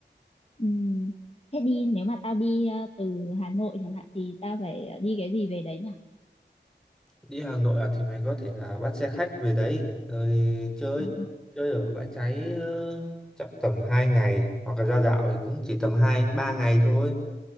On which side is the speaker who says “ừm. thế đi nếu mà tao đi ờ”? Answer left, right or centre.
Left